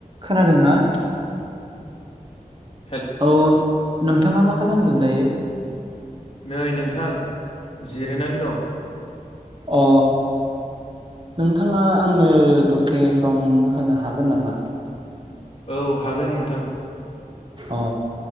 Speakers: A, on the right (about 35°); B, on the left (about 40°).
A: खोनादोंना
B: <inaudible>
A: औ नोंथाङा मा खालामदों दायो?
B: नै नोंथां जिरायनानै दं।
A: अ नोंथाङा आंनो दसे सम होनो हागोन नामा?
B: औ हागोन नोंथां।
A: अ